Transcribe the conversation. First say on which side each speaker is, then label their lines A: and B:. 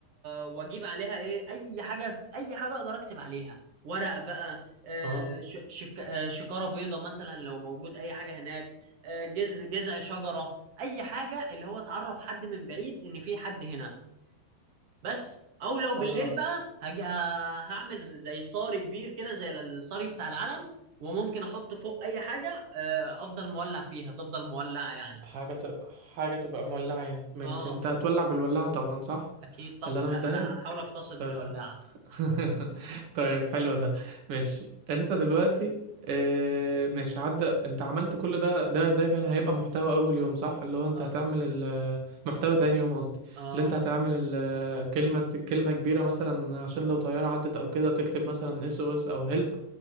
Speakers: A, on the right (about 55°); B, on the right (about 80°).
A: واجيب عليها ايه اي حاجه اي حاجه اقدر اكتب عليها ورق بقى آه،
B: اه
A: ش... شك... آه، شكاره بيضه مثلا لو موجود اي حاجه هناك آه، جز... جذع شجره اي حاجه اللي هو اتعرف حد من بعيد ان في حد هنا بس او لو بالليل
B: حلو ده
A: بقى هج... ه- هعمل زي صاري كبير كده زي الصاري بتاع العلم وممكن احط فوق اي حاجه آه، افضل مولع فيها تفضل مولعه يعني
B: حاجة ت... حاجة تبقى مولعة يعني ماشي
A: اه
B: انت هتولع بالولاعة طبعا صح
A: اكيد طبعا
B: اللي انا
A: لا
B: مديها
A: ما انا
B: لك
A: هحاول اقتصد
B: ف...
A: بالولاعه
B: <laughs> طيب حلو ده ماشي انت دلوقتي اه... ماشي عدى انت عملت كل ده ده ده كان هيبقى محتوى اول يوم صح اللي هو انت
A: اه
B: هتعمل ال- محتوى تاني يوم قصدي
A: اه
B: اللي انت هتعمل ال- كلمة كلمة كبيرة مثلا عشان لو طيارة عدت او كده تكتب مثلا اس او اس او هيلب